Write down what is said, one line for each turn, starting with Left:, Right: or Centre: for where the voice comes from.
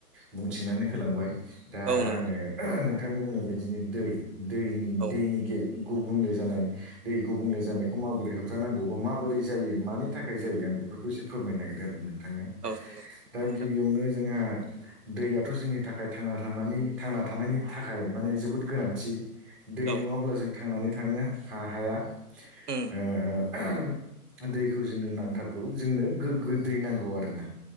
Centre: बुंथिनानै होलांबाय दा
Right: औ नंगौ
Centre: आङो नोंथांनि बुंनाय बायदिनो दै दैनि
Right: औ
Centre: दैनि गे गुबुंले जानाय दै गुबुंले जानायखौ माबोरै होबथानांगौ बा माबोरै जायो मानि थाखाय जायो आं बेफोरखौ एसे फोरमायनो नागिरदों आरो नोंथांनो
Right: औ नंगौ
Centre: दा
Right: बुंजागोन
Centre: गिबियावनो जोंहा दैयाथ' जोंनि थाखाय थांना थानायनि थांना थानायनि थाखाय माने जोबोद गोनांथि। दै
Right: औ
Centre: नङाब्ला जों थांनानै थांनो हा हाया
Right: उम
Centre: ओ दैखौ जोंनो नांथारगौ जोंनो गोग्गो दै नांगौ आरोना।